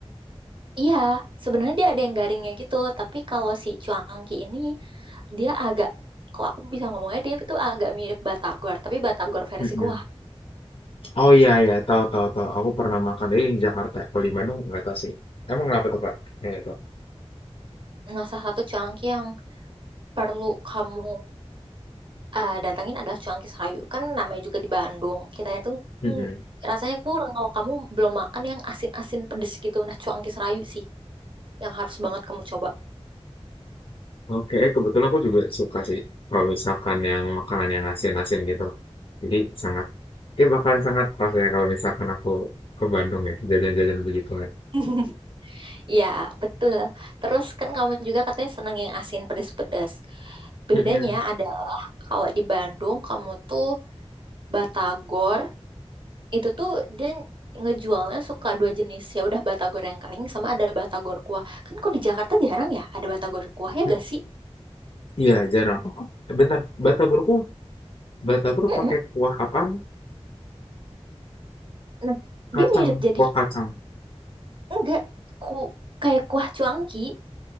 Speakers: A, on the right; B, on the left.
A: Iya, sebenarnya dia ada yang garingnya gitu, tapi kalau si cuangki ini dia agak kalau aku bisa ngomongnya dia itu agak mirip batagor, tapi batagor versi
B: Mhm.
A: gua.
B: Oh, iya iya, tahu tahu tahu, aku pernah makan tapi di Jakarta, kalau di Bandung nggak tahu sih. Emang kenapa tuh, Kak, kayak itu?
A: Nah, salah satu cuangki yang perlu kamu eh, datangin adalah cuangki serayu. Kan namanya juga di Bandung. Kita itu
B: Mhm.
A: mm, rasanya kurang kalau kamu belum makan yang asin-asin pedes gitu. Nah, cuangki serayu sih yang harus banget kamu coba.
B: Oke, eh, kebetulan aku juga suka sih kalau misalkan yang makanan yang asin-asin gitu. Jadi sangat ya bakalan sangat pas ya kalau misalkan aku ke Bandung ya, jajan-jajan begituan.
A: <laughs> Iya, betul. Terus kan kamu juga katanya seneng yang asin pedes-pedes. Bedanya
B: Mhm,
A: adalah kalau di Bandung kamu tuh batagor itu tuh dia ngejualnya suka dua jenis ya udah batagor yang kering sama ada batagor kuah. Kan kalau di Jakarta jarang ya ada batagor kuah ya
B: mhm.
A: gak sih?
B: Iya, jarang. Oh, bentar, Bata Burung Batagor
A: Mm-mm.
B: pakai kuah apaan?
A: Nah,
B: Kacang,
A: dia mirip jadi
B: kuah kacang.
A: enggak ku kayak kuah cuangki